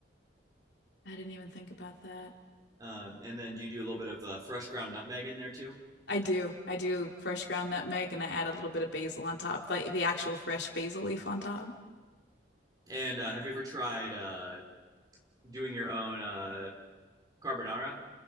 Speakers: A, on the left; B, on the right.
A: I didn't even think about that.
B: Um, and then you do a little bit of uh, fresh ground nutmeg in there too.
A: I do. I do fresh ground nutmeg and I add a little bit of basil on top, like the actual fresh basil leaf on top.
B: And uh, have you ever tried uh, doing your own uh, carbonara?